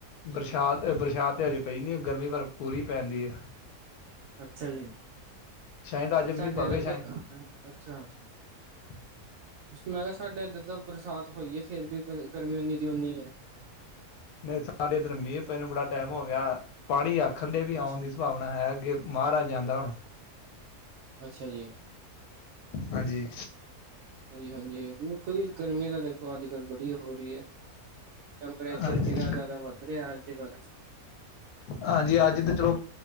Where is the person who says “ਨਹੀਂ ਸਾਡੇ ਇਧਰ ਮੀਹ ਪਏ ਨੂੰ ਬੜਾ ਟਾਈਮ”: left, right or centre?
Left